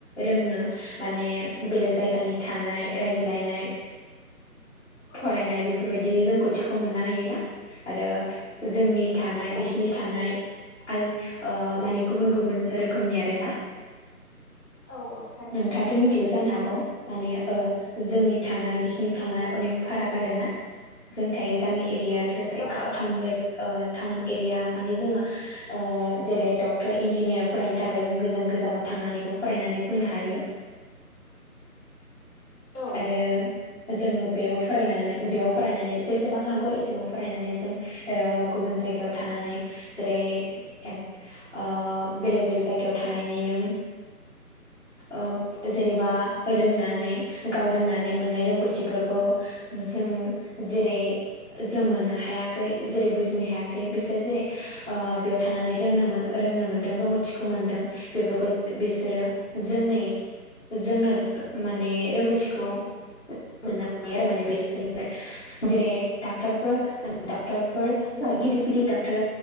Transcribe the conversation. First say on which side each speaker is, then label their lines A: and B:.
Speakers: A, on the left; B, on the left.
A: रोंनो माने बेलेग जायगानि थानाय रायज्लायनाय फरायनाय बेफोरबायदि रोंगौथिखौ मोननो हायो ना आरो जोंनि थानाय
B: औ
A: बिसिनि थानाय आल ओ माने गुबुन - गुबुन रोखोमनि आरो ना
B: औ औ थारैनो
A: नोंथाङाथ' मिथिगौ जानो हागौ माने ओ जोंनि थानाय बिसिनि थानाय अनेक फाराग आरो ना जों थायो गामि एरिया बिसोर थायो
B: औ
A: टाउन जायगा ओ टाउन एरिया माने जोंङो ओ जेरै डक्टर इन्जिनियार फरायनो थाखाय जों गोजान गोजानाव थांनानैबो फरायनानै फैनो हायो।
B: औ
A: आरो जोङो बेयाव फरायनानै बेयाव फरायनानै जेसेबां हागौ एसेबां फरायनानै जों ओ गुबुन जायगायाव थानानै जेरै ओ बेलेग बेलेग जायगायाव थानायनिनों ओ जेनेबा रोंनानै गाव रोंनानै मोननाय रोंग'थिफोरखौ जों जेरै जों मोननो हायाखै जेरै बुजिनो हायाखै, बिसोर जेरै ओ बेयाव थानानै रोंनो मो रोंनो मोन्दों रोंग'थिखौ मोनदों। बेफोरखौ बिसोरो जोंनि जोंनो माने रोंग'थिखौ मोननो हायो आरो माने बेसोरनिफ्राय जेरै डक्टरफोर डक्टरफोर गिदिर - गिदिर डक्टर